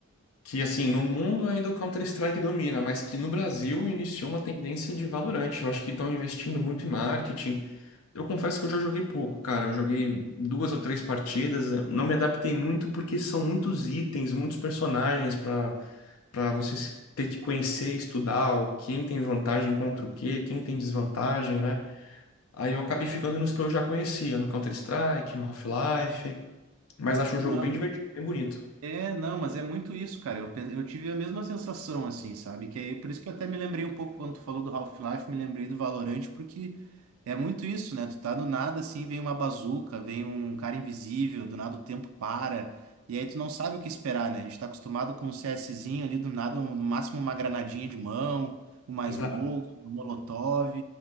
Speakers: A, on the left (about 85°); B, on the right (about 80°).
A: que assim, no mundo ainda o Counter-Strike domina, mas que no Brasil iniciou uma tendência de Valorant. Eu acho que estão investindo muito em marketing. Eu confesso que eu já joguei pouco, cara. Eu joguei duas ou três partidas, eu não me adaptei muito porque são muitos itens, muitos personagens para para você se- ter que conhecer, estudar o- quem tem vantagem contra o quê, quem tem desvantagem, né? Aí eu acabei ficando nos que eu já conhecia, no Counter-Strike, no Half-Life, mas acho
B: Não.
A: um jogo bem divertido, bem bonito.
B: É, não, mas é muito isso, cara. Eu, pen- eu tive a mesma sensação, assim, sabe? Que aí, por isso que eu até me lembrei um pouco quando tu falou do Half-Life, me lembrei do Valorant, porque é muito isso, né? Tu tá no nada, assim, vem uma bazuca, vem um cara invisível, do nada o tempo para, e aí tu não sabe o que esperar, né? A gente tá acostumado com um CSzinho ali, do nada, um- no máximo uma granadinha de mão, uma
A: Exato.
B: smoke, um molotov,